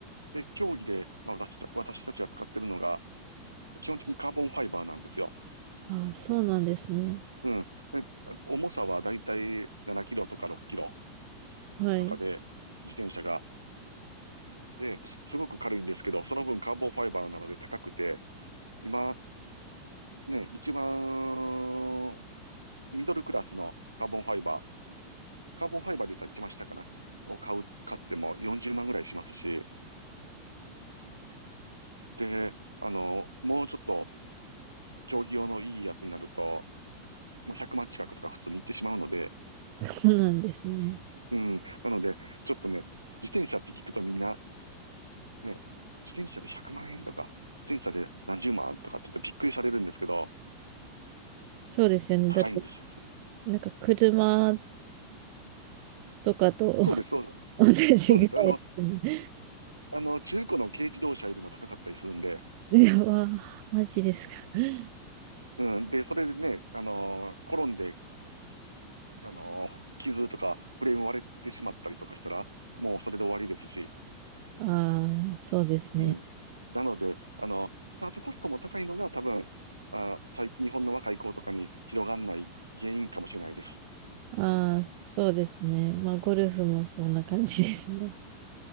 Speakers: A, on the right (about 85°); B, on the right (about 45°).
A: で、競技で、まあ、私た、私たちが使ってるのが、基本的にカーボンファイバーなんですよ。
B: あ、そうなんですね。
A: うん。で重さはだいたい7キロとか6キロ
B: はい。
A: とかで、自転車がで、すごく軽いんですけど、その分カーボンファイバーなので高くて、今、ね、一番ミドルクラスのカーボンファイバー、カーボンファイバーで言ったら一番下かな、を買う、買っても40万ぐらいしますし、で、あの、もうちょっと競技用のいいやつになると、もう100万近くとか普通に行ってしまうので、
B: そうなんですね。
A: うん、なので、ちょっとね、自転車って聞くとみんな、ね、自転車で100万円とか、自転車で何十万とかって言ってびっくりされるんですけど、
B: そうですよね。
A: 高いんです。
B: だって、なんか車とかと
A: そうです、そう、
B: <laughs> 同じぐらいですね。
A: そうです。あの、あの、中古の軽自動車よりも高かったりするんで、
B: いや、わあ、マジですか。<laughs>
A: うん。で、それでね、あのー転んで、あのー傷とかフレーム割れてしまったりとかしたら、もうそれで終わりですし、
B: ああ、そうですね。
A: うん。なので、あの、スタートコストも高いのが多分、あ、最、日本の若い子とかに広がんない原因かもしれないです。
B: ああ、そうですね。まあ、ゴルフもそんな感じですね。